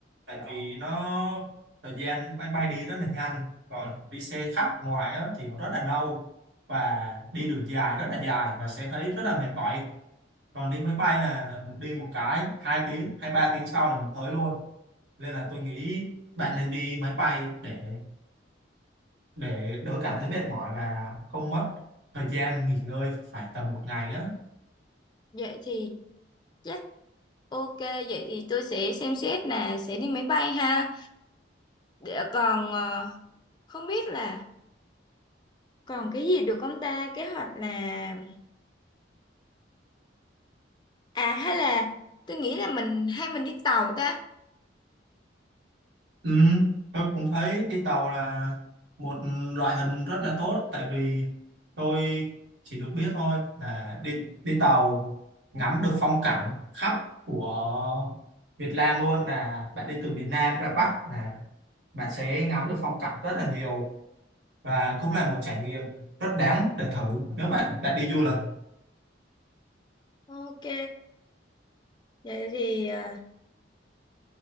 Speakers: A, on the right; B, on the left.
A: tại vì nó thời gian máy bay đi rất là nhanh còn đi xe khách ngoài á thì nó rất là lâu và đi đường dài rất là dài và sẽ thấy rất là mệt mỏi còn đi máy bay là mình đi một cái hai tiếng hay ba tiếng sau là mình tới luôn nên là tôi nghĩ bạn nên đi máy bay để để đỡ cảm thấy mệt mỏi và không mất thời gian nghỉ ngơi phải tầm một ngày á
B: Vậy thì chắc ok. Vậy thì tôi sẽ xem xét là sẽ đi máy bay ha. Để còn ờ, không biết là còn cái gì được không ta? Kế hoạch là... À hay là tôi nghĩ là mình hay mình đi tàu ta.
A: ừ, tôi cũng thấy đi tàu là một loại hình rất là tốt tại vì tôi chỉ được biết thôi là đi đi tàu ngắm được phong cảnh khắp của Việt Nam luôn là bạn đi từ miền Nam ra Bắc là bạn sẽ ngắm được phong cảnh rất là nhiều và cũng là một trải nghiệm rất đáng để thử nếu bạn bạn đi du lịch
B: Ok. Vậy thì... ờ,